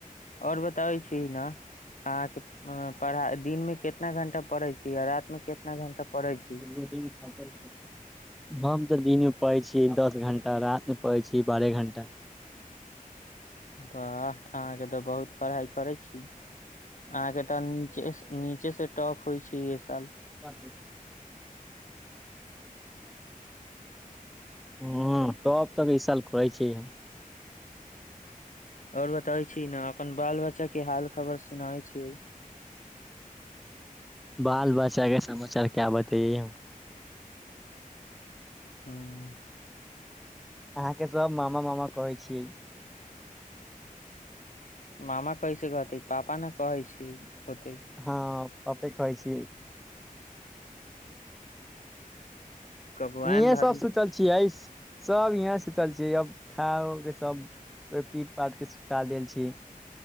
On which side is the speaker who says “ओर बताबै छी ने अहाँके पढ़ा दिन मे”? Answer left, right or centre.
Left